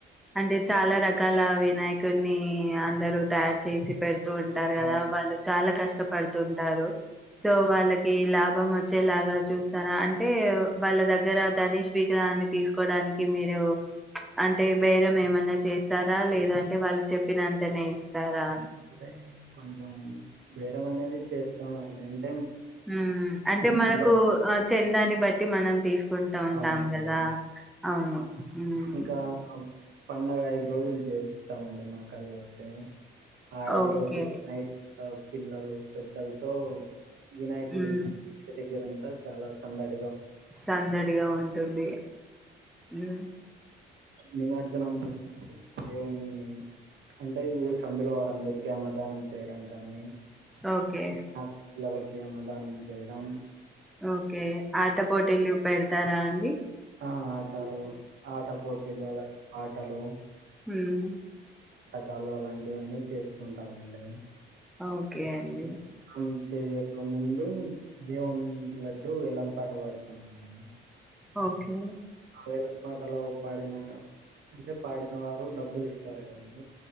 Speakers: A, in the centre; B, on the right (about 65°).
A: అంటే చాలా రకాల వినాయకున్నీ అందరూ తయారు చేసి పెడు. దున్నటారు కదా
B: అవును
A: వాళ్ళు చాలా కష్టపడుతుంటారు సో వాళ్ళకి ఇలా. భం వచ్చేలాగా చూస్తారా అంటే వాళ్ళ దగ్గర గణేష్ విగ్రహాన్ని తీసుకోడానికి మీరూ. అంటే బేరం ఏమన్నా చేస్తారా లేదంటే వాళ్ళు చెప్పినంతనే ఇస్తారా.
B: అంటే కొంచెం బేరం అనేది చేస్తామ అండి.
A: ఉ అంటే మనకు
B: ఎక్కువ
A: ఆ చందాని బట్టి మనం తీసుకుంటా ఉంటాం
B: అవునండి
A: కదా. అవును. మ్మ్
B: ఇంకా కం. పడుగ ఐదు రోజులు జెపిస్తామండి మా కల్లా అయితే. అ ఐదు
A: ఓకే
B: రోజు నైట్. డాగ్ పిల్లలు. పెద్దలతో వినాయకుడి
A: మ్మ్
B: ఇంటి దగ్గరంతా. చాలా సందడ.
A: సందడిగా ఉంటుంది ఉ.
B: నిమర్జనం తో. దేవుణ్ణి అంటే ఈగొ సందులో వారందరికీ అన్నదానం చేయడం కానీ.
A: ఓకే.
B: ఆ పిల్లలకి అన్నదానం చేయడం.
A: ఓకే. ఆటపోటీలు పెడతారా అన్.
B: ఆ ఆటలు ఆట పోటీలు అలాగే ఆ టలు
A: హ్మ్
B: కాలు అలాంటివన్నీ చేస్తుంటామండి.
A: ఓకే అండి
B: హ్మ్ <unintelligible> ఇకముందు దేవున్ లడ్డు వేలం పాట పాడతామండి.
A: ఓకే
B: ఆ వేలం పాటలో పాడిన అంటే పాడిన వారు డబ్బులు ఇస్తారు కదండి